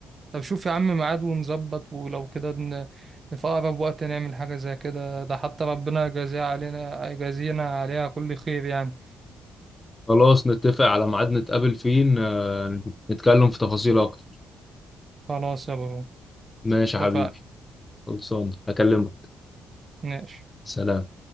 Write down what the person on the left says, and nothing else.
خلاص نتفق على ميعاد نتقابل فيه ن- نتكلم في تفاصيل اكتر
ماشي يا
حبيبي خلصان هكلمك
سلام